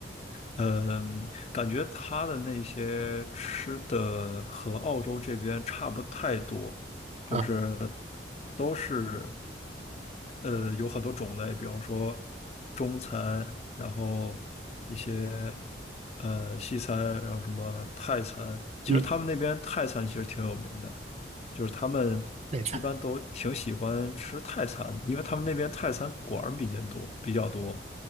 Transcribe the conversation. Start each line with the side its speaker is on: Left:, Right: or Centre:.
Left: 嗯，感觉他的那些吃的和澳洲这边差不太多，就是
Right: 啊？
Left: 都是呃有很多种类，比方说中餐，然后一些呃西餐，然后什么泰餐。其实他们那边泰餐其实挺有名的，
Right: 嗯，
Left: 就是他们一般都挺喜欢吃泰餐因为他们那边泰餐馆儿比较多，
Right: 内菜
Left: 比较多。